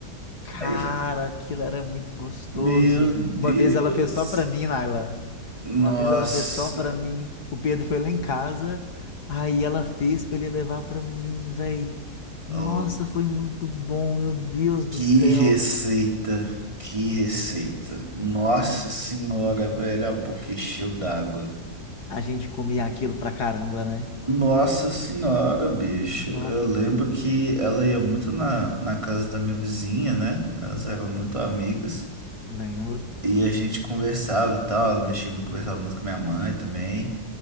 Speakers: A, on the left (about 70°); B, on the right (about 20°).
A: Cara,
B: Ai,
A: aquilo era muito gostoso.
B: meu Deus.
A: Uma vez ela fez só pra mim, Naila.
B: Nossa,
A: Uma vez ela fez só pra mim. O Pedro foi lá em casa. Aí ela fez pra ele levar pra mim, velho. Nossa,
B: oh,
A: foi muito bom, meu Deus do
B: que
A: céu.
B: receita, que receita. Nossa senhora, velho, a boca encheu d'água.
A: A gente comia aquilo pra caramba, né?
B: Nossa senhora, bicho.
A: Nó,
B: Eu lembro que ela ia muito na, na casa da minha vizinha, né? Elas eram muito amigas.
A: lembro.
B: E a gente conversava e tal. Ela mexia muito, conversava muito com minha mãe também.